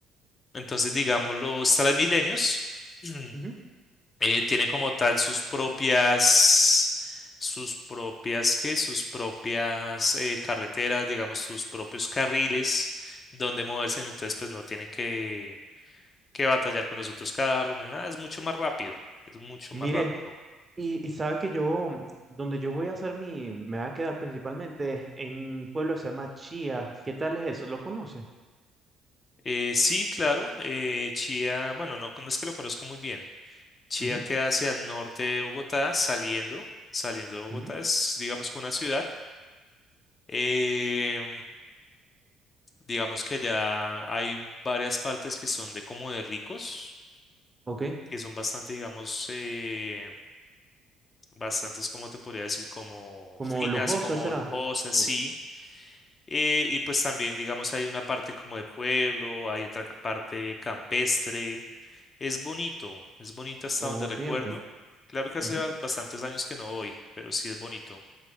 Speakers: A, on the left; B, on the right.
A: Entonces, digamos, los Transmilenios <clears throat>
B: ujú.
A: eh, tienen como tal sus propias, sus propias, ¿qué? Sus propias eh, carreteras, digamos, sus propios carriles donde moverse. Entonces, pues no tienen que que batallar con los otros carros ni nada, es mucho más rápido, es mucho
B: Mire,
A: más rápido.
B: y, y sabes que yo, donde yo voy a hacer mi, me va a quedar principalmente en un pueblo que se llama Chía. ¿Qué tal es eso? ¿Lo conoces?
A: Eh, sí, claro, eh, Chía, bueno, no, no es que lo conozca muy bien. Chía
B: Ujú,
A: queda hacia el norte de Bogotá, saliendo, saliendo de Bogotá,
B: ujú.
A: es digamos que una ciudad. Eh, digamos que allá hay varias partes que son de como de ricos,
B: Ok,
A: que son bastante, digamos, eh, bastantes, como te podría decir, como
B: como
A: finas,
B: lujosa
A: como
B: será.
A: lujosas,
B: O-
A: sí Eh, y pues también, digamos, hay una parte como de pueblo, hay otra parte campestre. Es bonito, es bonito hasta
B: ok,
A: donde recuerdo.
B: ok.
A: Claro que hace
B: Ujú.
A: ba- bastantes años que no voy, pero sí es bonito.